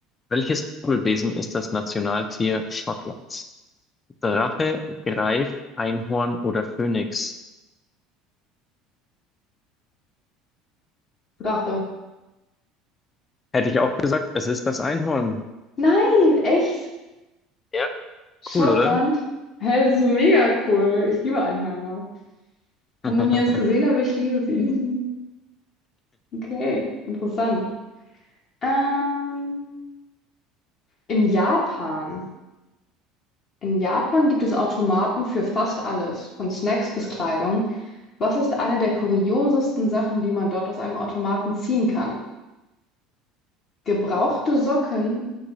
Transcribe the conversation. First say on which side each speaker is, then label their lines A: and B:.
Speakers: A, on the left; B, on the left.
A: Welches Fabelwesen ist das Nationaltier Schottlands? Drache, Greif, Einhorn oder Phönix?
B: Drache.
A: Hätte ich auch gesagt, es ist das Einhorn.
B: Nein, echt?
A: Ja,
B: Schottland?
A: cool, oder?
B: Hä, das ist so mega cool. Ich liebe Einhörner. Hab
A: <laughs>
B: noch nie eins gesehen, aber ich liebe sie. <laughs> Okay, interessant. Ähm, in Japan. In Japan gibt es Automaten für fast alles, von Snacks bis Kleidung. Was ist eine der kuriosesten Sachen, die man dort aus einem Automaten ziehen kann? Gebrauchte Socken,